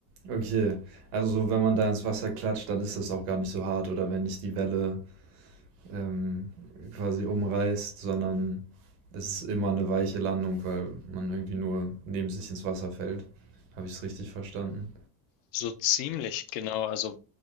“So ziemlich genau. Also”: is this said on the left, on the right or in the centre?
Left